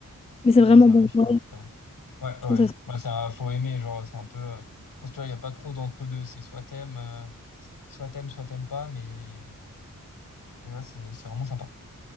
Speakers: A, on the left (about 20°); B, on the left (about 75°).
A: mais
B: avec
A: c'est vraiment
B: des arachides,
A: bon. Ouais,
B: etc. Ouais, ouais.
A: je trouve
B: Ouais,
A: ça
B: Ouais, c'est un- faut aimer, genre, c'est un peu. euh, je pense, tu vois, il n'y a pas trop d'entre-deux. C'est soit t'aimes, euh, soit t'aimes, soit t'aimes pas, mais, mais ouais, c'est c'est vraiment sympa.